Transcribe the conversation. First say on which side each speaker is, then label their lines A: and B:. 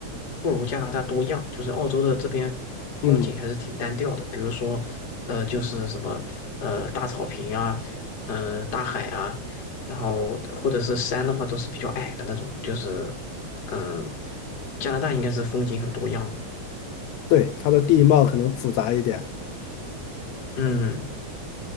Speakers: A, on the left (about 35°); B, on the left (about 75°).
A: 不如加拿大多样。就是澳洲的这边风景还是挺单调的，
B: 嗯，
A: 比如说，呃，就是什么呃大草坪啊，嗯、大海啊，然后或者是山的话，都是比较矮的那种。就是嗯，加拿大应该是风景很多样的。
B: 对，它的地貌可能复杂一点。
A: 嗯，